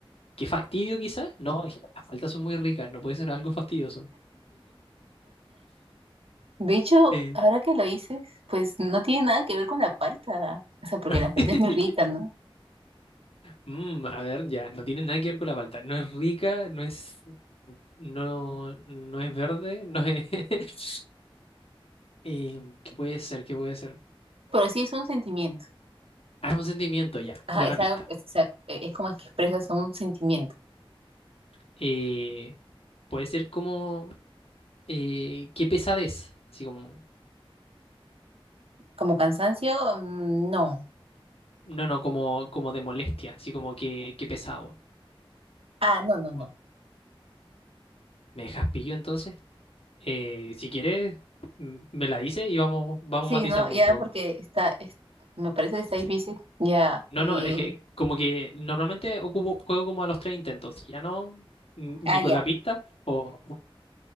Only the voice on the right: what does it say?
De hecho,
ahora que lo dices, pues no tiene nada que ver con la palta. O sea, porque
la palta es muy rica, ¿no?
Pero sí es un sentimiento.
Ajá,
es
algo, es, o sea, e- es como que expresas un sentimiento.
Como cansancio, mm, no.
Ah, no, no, no.
Sí,
no, ya
porque está, es- me parece que está difícil.
Ya,
eh,
ah,
ya.